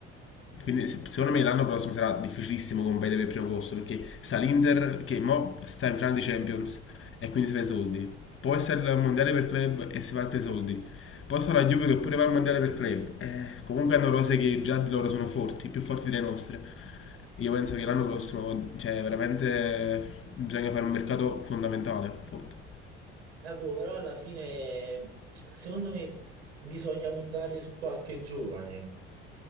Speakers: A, on the left (about 40°); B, on the right (about 90°).
A: Quindi se- secondo me l'anno prossimo sarà difficilissimo competere per il primo posto perché sta l'Inter che mo sta in finale di Champions e quindi si fa i soldi. Poi sta il mondiale per club e si fa altri soldi. Poi sta la Juve che pure va al mondiale per club. Eh, comunque hanno rose che già di loro sono forti, più forti delle nostre. Io penso che l'anno prossimo, cioè veramente bisogna fare un mercato fondamentale, forte.
B: Eh, boh, però alla fine, secondo me, bisogna puntare su qualche giovane.